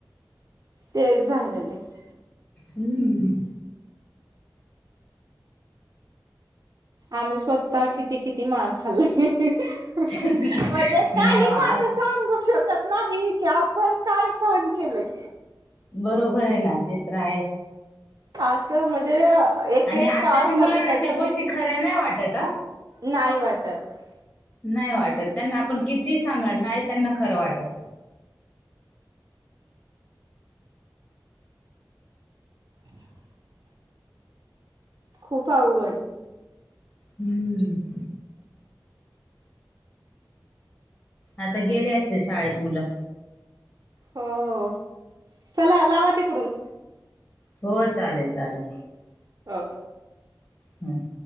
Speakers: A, on the right (about 50°); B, on the left (about 35°).
A: तेच झालेले आहे
B: हम्म
A: आम्ही स्वतः किती किती मार खाल्लाय ही ही ही ह
B: नाही
A: ह म्हणजे काहीच
B: आ
A: अपन सांगू शकत नाही की आपण काय सहन केलंय
B: बरोबर आहे ना ते तर आहेस
A: असं म्हणजे एक
B: आणि
A: एक
B: आताच्या
A: काळ
B: मुलांना
A: कधी क
B: त्या गोष्टी खऱ्या नाही वाटत हा
A: नाही वाटत
B: नाही वाटत त्यांना आपण किती सांगा नाही त्यांना खरं वाटत
A: <inaudible> खूप अवघड
B: हम्म आता गेले असतील शाळेत मुलं
A: हो चला लावा तिकडून
B: हो चालेल चालेल
A: हो
B: हम